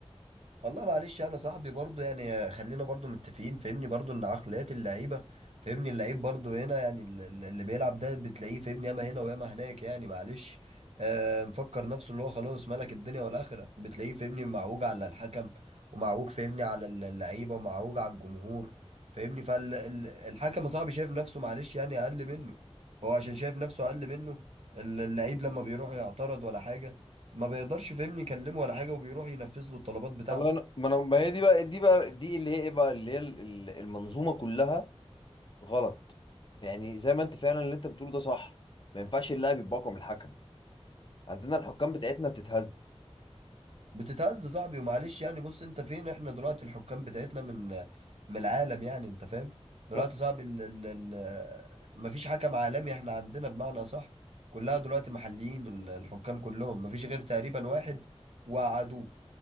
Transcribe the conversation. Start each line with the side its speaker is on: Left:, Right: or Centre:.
Right: والله معلش انا صاحبي برضو يعني خلينا برضو متفقين فاهمني برضو ان عقليات اللعيبه فاهمني اللعيب برضو هنا يعني ال- ال- اللي بيلعب ده بتلاقيه فاهمني ياما هنا وياما هناك يعني معلش آه مفكر نفسه اللي هو خلاص ملك الدنيا والاخره بتلاقيه فاهمني معوج على الحكم ومعوج فاهمني على ال- اللعيبه ومعوج على الجمهور فاهمني فالحكم يا صاحبي شايف نفسه معلش يعني اقل منه فهو عشان شايف نفسه اقل منه ال- اللعيب لما بيروح يعترض ولا حاجه ما بيقدرش فاهمني يكلمه ولا حاجه وبيروح ينفذ له الطلبات بتاعته
Left: والله انا ما انا ما هي دي بقى دي بقى دي اللي هي ايه بقى اللي هي ال- ال- المنظومه كلها غلط يعني زي ما انت فعلا اللي انت بتقوله ده صح ما ينفعش اللاعب يبقى اقوى من الحكم عندنا الحكام بتاعتنا بتتهز
Right: بتتهز صاحبي ومعلش يعني بص انت فين احنا دلوقتي الحكام بتاعتنا من من العالم يعني انت فاهم دلوقتي
Left: صح
Right: صاحبي ال ال ال مفيش حكم عالمي احنا عندنا بمعنى صح كلها دلوقتي محليين ال- الحكام كلهم مفيش غير تقريبا واحد وقعدوه